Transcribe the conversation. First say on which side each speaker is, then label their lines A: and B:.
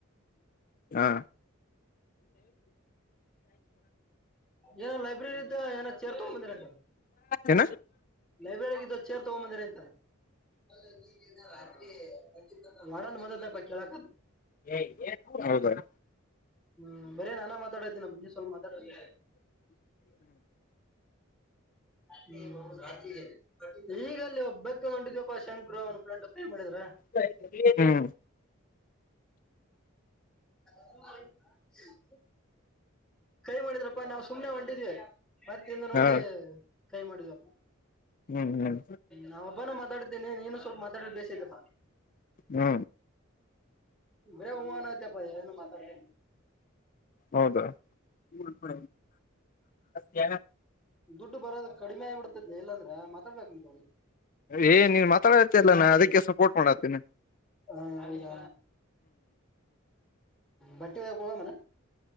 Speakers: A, on the left; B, in the centre.
A: ಹಾ
B: ಏನ ಲೈಬ್ರರಿಂದ ಏನ ಚೇರ್ ತಗೊಂಡಬಂದಿರಾ.
A: ಏನ
B: ಲೈಬ್ರೆರಿಗಿಂದ ಚೇರ ತಗೊಂಬಂದಿರಂತಲ್ಲ. ಅದ ನಿನ್ನೆ ಏನ ರಾತ್ರಿ ಬಂತಿತ್ತಂತ ವಾರ್ಡನ್ ಬಂದಿದ್ದಪ್ಪ ಕೇಳಕ್ಕಂತ.
A: ಏ ಎದಕ್ ಹೌದನ
B: ಹು ಬರೇ ನಾನ ಮಾತಾಡತೀನ ಮುಂದಿನ ಸ್ವಲ್ಪ ಮಾತಾಡ್ರಲೆ. ಹ್ಯಾಪಿ ಬೌ ಸಾಚಿಗೆ. ಈಗ ಅಲ್ಲಿ ಒಬ್ಬಕೆ ಹೊಟಿದೀವಪ್ಪಾ ಶಂಕುರು ಅವ್ನ್ ಫ್ರೆಂಡ್ ಕೈ ಮಾಡಿದ್ರ.
A: ಇಲ್ಲಾ ಈತನ ಹು.
B: ಹ್ಮ <inaudible> ಕೈ ಮಾಡಿದ್ರಪ್ಪಾ ನಾವು ಸುಮ್ನೆ ಹೊಂಟಿದ್ವಿ ಮತ್ತ ಹಿಂದ ನೋಡಿ
A: ಹಾ
B: ಕೈ ಮಾಡಿದ್ವಪ್ಪ.
A: ಹು ಹು
B: ನಾ ಒಬ್ಬಾನ ಮಾತಾಡದ್ದೇನೆ ನೀನು ಸ್ವಲ್ಪಮಾತಾಡಿದ ಬೇಸಯ್ತಪ್ಪ
A: ಹು
B: ಬರೆ ಹು ಅಣ್ಣಾಕತ್ತಿಯಪ್ಪಾ ನಿ ಹೆಂಗ ಮಾತಾಡತಿಯೆನ್.
A: ಹೌದ ಹು ಅಂದ ಬಿಡ
B: ದುಡ್ಡು ಬರೋದು ಕಡಿಮೆ ಆಗಿ ಬಿಡತದೆಲ್ಲಂದ್ರೆ ಮಾತಾಡ್ಬೇಕನಿ.
A: ಏ ನೀನ್ ಮಾತಾಡಾಕಟ್ಟಿಯಲ್ಲ ನಾ ಅದಕ್ಕೆ ಸಪೋರ್ಟ್ ಮಾಡಾತ್ತೆನಿ.
B: ಹು ನಾನೀಗ ಬಟ್ಟಿ ಒಗ್ಯಾಕ ಹೋಗುನುನು.